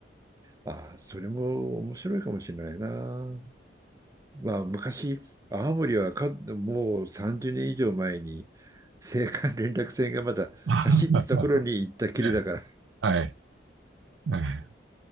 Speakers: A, on the right; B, on the right.
A: あそれも面白いかもしれないな。まあ、昔、青森はかもう30年以上前に、青函連絡船がまだ走ってた頃に行ったきりだから。
B: あははええ、はい。ええ、